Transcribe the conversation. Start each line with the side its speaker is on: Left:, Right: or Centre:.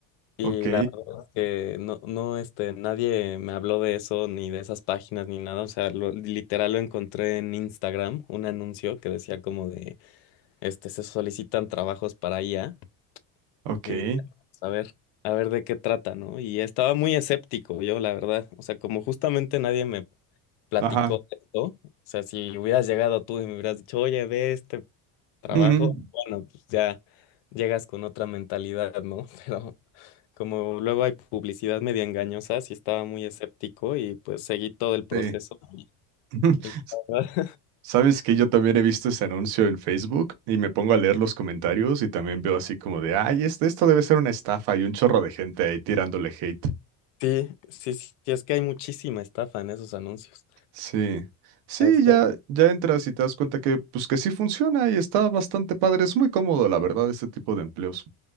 Left: Y
Right: Ok,
Left: la verdad es que no, no, este, nadie me habló de eso, ni de esas páginas, ni nada. O sea, lo- literal lo encontré en Instagram, un anuncio que decía como de este, se solicitan trabajos para IA.
Right: ok.
Left: Y dije, "Vamos a ver, a ver de qué trata, ¿no? Y estaba muy escéptico yo, la verdad. O sea, como justamente nadie me platicó
Right: Ajá.
Left: de esto, o sea, si hubieras llegado tú y me hubieras dicho, oye, ve este trabajo,
Right: Ujú.
Left: bueno, pues ya llegas con otra mentalidad, ¿no? <laughs> Pero como luego hay publicidad media engañosa, sí estaba muy escéptico y pues seguí todo el proceso.
Right: Sí. <laughs>
Left: Y la verdad,
Right: Sabes que yo también he visto ese anuncio en Facebook y me pongo a leer los comentarios y también veo así como de, ay, este, esto debe ser una estafa y un chorro de gente ahí tirándole hate.
Left: <laughs> sí, sí, sí, es que hay muchísima estafa en esos anuncios.
Right: Sí, sí,
Left: este
Right: ya, ya entras y te das cuenta que, pues que sí funciona y está bastante padre, es muy cómodo, la verdad, este tipo de empleos.